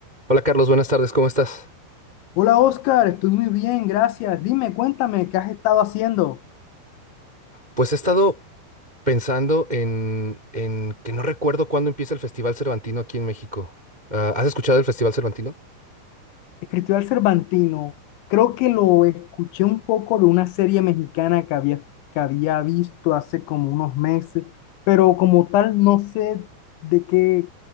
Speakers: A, on the right (about 25°); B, on the left (about 80°).
A: Hola Carlos, buenas tardes, ¿cómo estás?
B: Hola Oscar, estoy muy bien, gracias. Dime, cuéntame, ¿qué has estado haciendo?
A: Pues he estado pensando en, en que no recuerdo cuándo empieza el Festival Cervantino aquí en México. Ah, ¿has escuchado el Festival Cervantino?
B: Escritor Cervantino, creo que lo escuché un poco de una serie mexicana que había, que había visto hace como unos meses, pero como tal no sé de qué,